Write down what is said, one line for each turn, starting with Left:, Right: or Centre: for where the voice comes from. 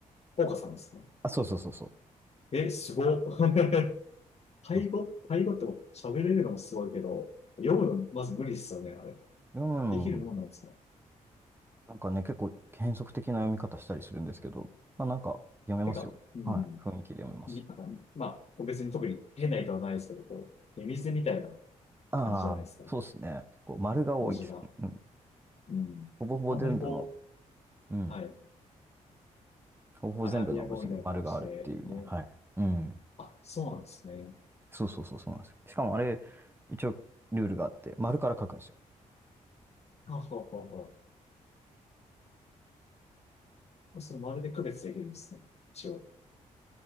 Left: 岡さんですか
Right: あ、そうそうそうそ
Left: え、すごっ。<laughs> タイ語、
Right: う。
Left: タイ語って喋れるのもすごいけど、読むのまず無理ですよね、あれ。
Right: う
Left: できるもんなんですか
Right: ん、なんかね、結構変則的な読み方したりするんですけど、まあなんか読めますよ。
Left: てか、うん。
Right: はい。雰囲気で読めます。
Left: になんかまあ、別に特に変な意図はないですけど、こう、ミミズみたいな
Right: ああ、
Left: 感じじゃないですか、
Right: そうですね。結構丸が多いですね。
Left: 文字が。
Right: うん。
Left: うん。
Right: ほぼほぼ全部の、
Left: あんまりこ
Right: うん。
Left: う、はい、
Right: ほぼほぼ全部の文字に丸があるっていうね。
Left: アラビア語みたいな感じで、ね。
Right: はい。うん。
Left: あ、そうなんですね。
Right: そうそうそう、そうなんですよ。しかもあれ、一応ルールがあって、丸から書くんですよ。
Left: はははは。それまるで区別できるんですね。一応、